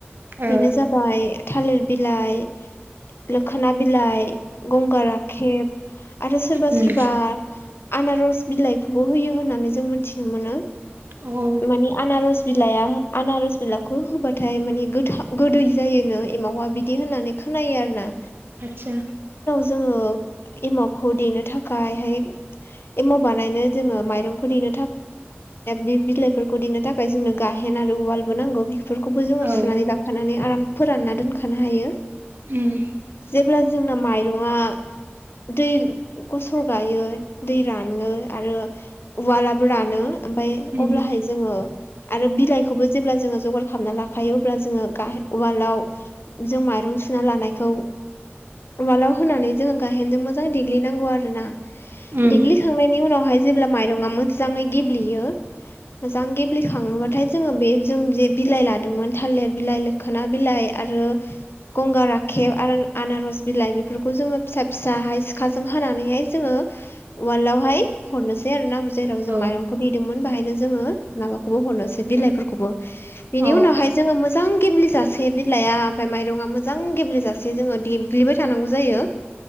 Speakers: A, on the right (about 55°); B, on the left (about 60°).
A: ओ
B: बेनो जाबाय। थालिर बिलाइ, मोखोना बिलाइ, गंगा राखेब आरो सोरबा
A: उम
B: सोरबा आनारस बिलाइखौबो होयो होननानै जों मिथिनो मोनो।
A: अ
B: मानि आनारस बिलाइाया आनारस बिलाखौ होबाथाय माने गोथा गोदै जायोनो एमावा बिदि होननानै खोनायो आरो ना?
A: आतसा
B: जोङो एमावखौ देनो थाखाय हाय एमाव बानायनो जोङो माइरंखौ देनो बे बिलाइफोरखौ देनो थाखाय जोंनो गाहेन आरो उवालबो नांगौ। बेफोरखौबो जोङो
A: औ
B: सुनानै लााखानानै आराम फोरानना दोनखानो हायो।
A: उम
B: जेब्ला जोंना माइरंआ दै गसर गायो दै रानो आरो उवालाबो रानो ओमफ्राय
A: उम
B: अब्लाहाय जोङो आरो बिलाइखौबो जेब्ला जोङो जगार खालामना लाखायो अब्ला जोङो गाह उवालाव जों माइरं सुना लानायखौ उवालाव होनानै जोङो गाहेनजों मोजां देग्लिनांगौ आरो ना।
A: उम
B: देग्लिखांनायनि उनावहाय जेब्ला माइरङा मोजाङै गेब्लेयो मोजां गेब्लेखाङोबाथाय जोङो बे जों जे बिलाइ लादोंमोन थालिर बिलाइ लोखोना बिलाइ आरो गंगार राखेब आनारस बिलाइ बेफोरखौ जोङो फिसा फिसाहाय सिखाजों हानानैहाय जोङो वालावहाय हरनोसै आरो ना जेराव जों
A: औ
B: माइरंखौ देदोंमोन। बेहायनो जोङो माबाखौबो हरनोसै बिलाइफोरखौबो बिनि
A: अ
B: उनावहाय जोङो मोजां गेमलिज जासे बिलाइ ओमफ्राय माइरङा मोजां मोजां गेब्लेेजासे जोङो देबग्लिबाय थानांगौ जायो